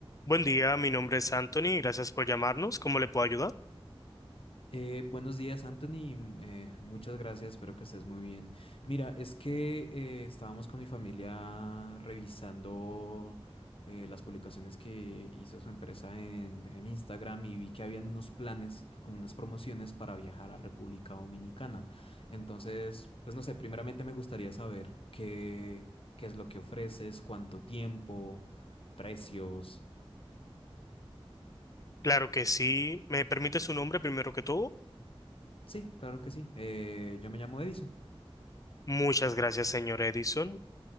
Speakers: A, on the left; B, on the left.
A: Buen día, mi nombre es Anthony, y gracias por llamarnos. ¿Cómo le puedo ayudar?
B: Eh, buenos días, Anthony. mm, Eh, muchas gracias, espero que estés muy bien. Mira, es que eh, estábamos con mi familia revisando eh, las publicaciones que hizo su empresa en, en Instagram y vi que habían unos planes, como unas promociones para viajar a República Dominicana. Entonces, pues no sé, primeramente me gustaría saber qué, qué es lo que ofreces, cuánto tiempo, precios.
A: Claro que sí. ¿Me permite su nombre primero que todo?
B: Sí, claro que sí. Eh, yo me llamo Edison.
A: Muchas gracias, señor Edison.